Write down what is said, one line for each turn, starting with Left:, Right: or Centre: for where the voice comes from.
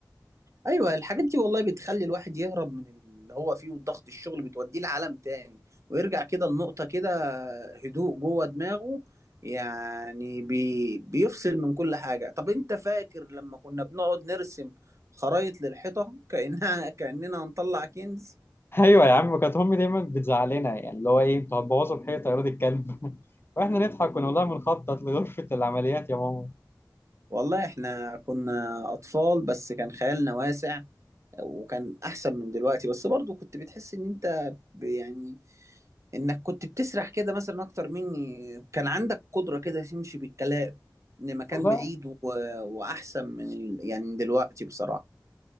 Right: ايوه الحاجات دي والله بتخلي الواحد يهرب من اللي هو فيه وضغط الشغل بتوديه لعالم تاني ويرجع كده لنقطه كده هدوء جوه دماغه يعني بي بيفصل من كل حاجه طب انت فاكر لما كنا بنقعد نرسم خرايط للحيطه كانها <laughs> كاننا هنطلع كنز
Left: <laughs> أيوة يا عم كانت أمي دايما بتزعلنا يعني اللي هو إيه أنتوا هتبوظوا الحيطة يا ولاد الكلب <laughs> وإحنا نضحك ونقول لها بنخطط لغرفة العمليات يا ماما
Right: والله احنا كنا اطفال بس كان خيالنا واسع وكان احسن من دلوقتي بس برضو كنت بتحس ان انت ب- يعني انك كنت بتسرح كده مثلا اكتر مني كان عندك قدرة كده تمشي بالكلام لمكان
Left: والله
Right: بعيد و... واحسن من ال... يعني من دلوقتي بصراحة